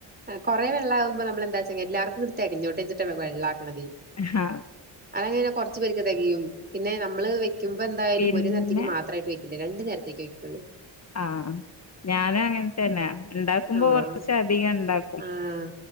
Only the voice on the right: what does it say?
കൊറെ വെള്ളാവുമ്പോ നമ്മളെന്താച്ചങ്ങ എല്ലാർക്കും ഇത് തെകഞ്ഞോട്ടെ. ഇ വെള്ളാക്കണത്.
അതങ്ങനനെ കൊറച്ച് പേർക്ക് തെകയും. പിന്നെ നമ്മള് വെക്കുമ്പോ എന്തായാലും
ഒരു നേരത്തേക്ക് മാത്രായിട്ട് വെ ഇല്ല രണ്ട് നേരത്തേക്ക് വെയ്ക്കുള്ളൂ.
ആഹ്
ആഹ്